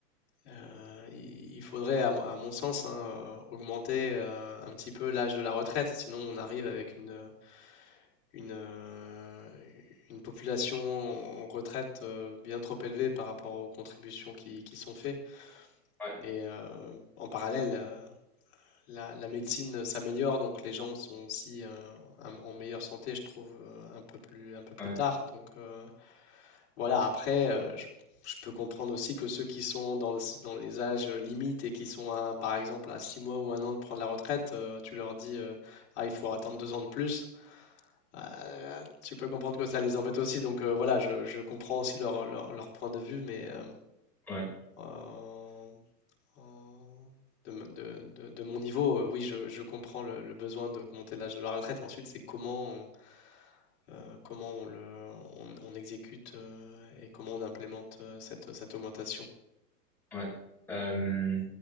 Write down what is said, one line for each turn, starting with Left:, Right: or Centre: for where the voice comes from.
Left: euh, il il faudrait à, mon à mon sens hein, euh, augmenter euh, un petit peu l'âge de la retraite sinon on arrive avec une une, euh, une population en retraite euh, bien trop élevée par rapport aux contributions qui, qui sont faites.
Centre: ouais,
Left: Et euh, en parallèle, la, la- la médecine s'améliore, donc les gens sont aussi euh, en en meilleure santé, je trouve, euh, un peu plus, un peu plus
Centre: ouais.
Left: tard. Donc euh, voilà, après, euh, je, je peux comprendre aussi que ceux qui sont dans, le- dans les âges limites et qui sont, à, par exemple, à 6 mois ou un an de prendre la retraite, euh, tu leur dis, euh, ah, il faut attendre deux ans de plus. Euh, tu peux comprendre que ça les embête aussi, donc euh, voilà, je, je comprends aussi leur, leur, leur point de vue, mais euh,
Centre: ouais.
Left: en- en- de, m- de- de- de mon niveau, euh, oui, je, je comprends le, le besoin d'augmenter l'âge de la retraite. Ensuite, c'est comment, euh, comment on le, on, on exécute euh, et comment on implémente euh, cette, cette augmentation.
Centre: Ouais. Euh,